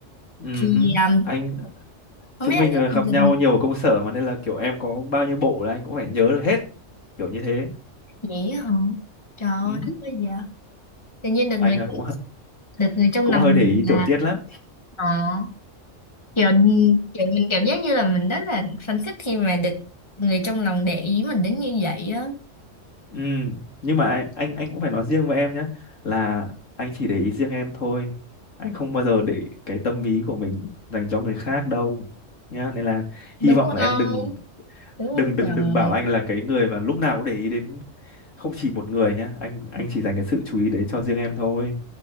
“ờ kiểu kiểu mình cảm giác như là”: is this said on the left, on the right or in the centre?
Left